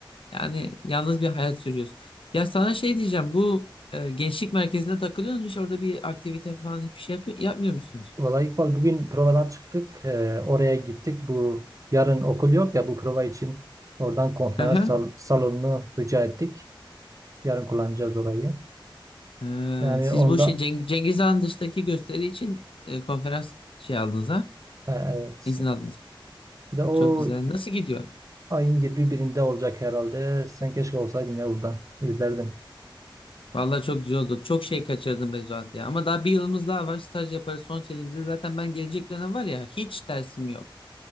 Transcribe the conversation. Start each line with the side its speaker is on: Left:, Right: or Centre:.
Left: yani yalnız bir hayat sürüyoruz. Ya sana şey diyeceğim bu e, gençlik merkezinde takılıyorsunuz hiç orada bir aktivite falan hiçbir şey yapıyor, yapmıyor musunuz?
Right: Vallahi İkbal bugün provadan çıktık. e, oraya gittik. Bu yarın okul yok ya bu prova için oradan konferans
Left: Hı hı.
Right: sal- salonunu rica ettik. Yarın kullanacağız orayı.
Left: Ee,
Right: Yani
Left: siz
Right: onda
Left: bu şey Ceng- Cengiz Han dıştaki gösteri için e, konferans şey aldınız ha?
Right: e, evet.
Left: İzin aldınız.
Right: Bir de o
Left: E, çok güzel. Nasıl gidiyor?
Right: ayın yirmi birinde olacak herhalde. Sen keşke olsaydın ya burada. İzlerdim.
Left: Vallahi çok güzel oldu. Çok şey kaçırdım be Zuhat ya. Ama daha bir yılımız daha var. Staj yaparız son senemizde. Zaten ben gelecek dönem var ya hiç dersim yok.